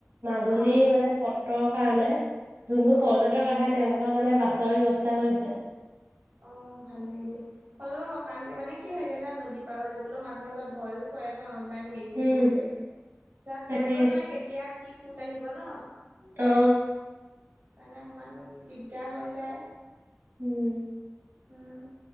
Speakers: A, on the right (about 75°); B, on the right (about 60°).
A: মাজুলী
B: অ
A: মানে সত্ৰৰ কাৰণে যোনবোৰ
B: অ
A: পৰ্যটক আহে তেওঁলোক ৰ কাৰণে বাছৰ ব্যৱস্থা কৰিছে।
B: অ ভালে দেই হলেও অশান্তি মানে কি হয় এতিয়া ধৰা নদী পাৰ হৈ যাবলৈও মানুহে অলপ ভয়ো কৰে ন ইমান হেৰি চেইবোৰ
A: উম
B: হৈ থাকে তাত
A: তাকে
B: ধৰিব নোৱাৰে কে তিয়া কি সুঁত আহিব ন।
A: অ
B: সেকাৰণে অকণমান দিগদাৰ হৈ যায়।
A: উম।
B: উম